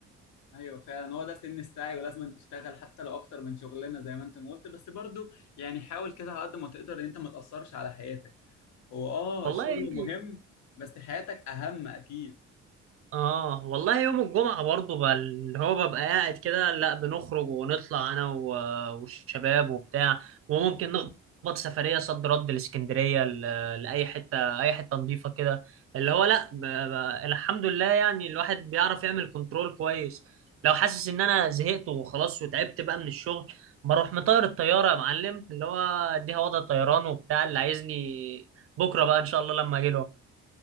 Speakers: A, on the left; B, on the right.
A: ايوه فعلا هو ده سن السعي ولازم تشتغل حتى لو اكتر من شغلانه زي ما انت ما قلت بس برضو يعني حاول كده على قد ما تقدر ان انت ما تاثرش على حياتك هو اه
B: والله
A: الشغل مهم بس حياتك اهم اكيد
B: اه والله يوم الجمعة برضو بقى اللي هو ببقى قاعد كده لا بنخرج ونطلع انا و- والشباب وبتاع وممكن نخبط سفرية صد رد الاسكندرية لأي حتة أي حتة نظيفة كده اللي هو لا ب- ب- الحمد لله يعني الواحد بيعرف يعمل كنترول كويس لو حاسس إن أنا زهقت وخلاص وتعبت بقى من الشغل بروح مطير الطيارة يا معلم اللي هو أديها وضع طيران وبتاع اللي عايزني بكرة بقى إن شاء الله لما أجي